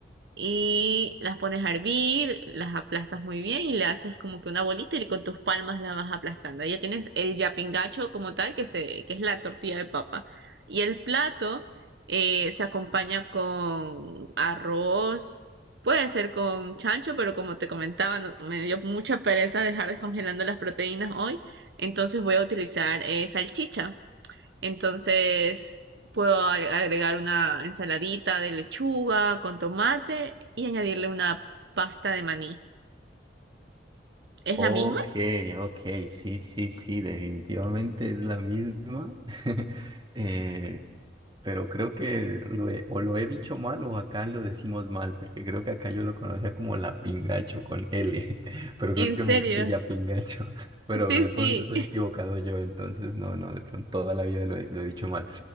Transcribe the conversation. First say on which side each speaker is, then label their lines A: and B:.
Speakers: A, on the right; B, on the right.
A: Y las pones a hervir, las aplastas muy bien y le haces como que una bolita y con tus palmas la vas aplastando. Ahí ya tienes el yapingacho como tal, que, se, que es la tortilla de papa. Y el plato eh, se acompaña con arroz, puede ser con chancho, pero como te comentaba, no- me dio mucha pereza dejar descongelando las proteínas hoy, entonces voy a utilizar eh, salchicha. Entonces puedo a- agregar una ensaladita de lechuga con tomate y añadirle una pasta de maní. ¿Es
B: Ok,
A: la misma?
B: ok, sí, sí, sí, definitivamente es la misma. <laughs> Eh, pero creo que lo he- o lo he dicho mal o acá lo decimos mal, porque creo que acá yo lo conocía como la pingacho con L, <laughs> pero
A: ¿En
B: creo que
A: serio?
B: me dijiste ya pingacho, <laughs> pero
A: Sí,
B: de pronto
A: sí.
B: estoy equivocado yo, entonces no, no, de pronto toda la vida lo he, lo he dicho mal.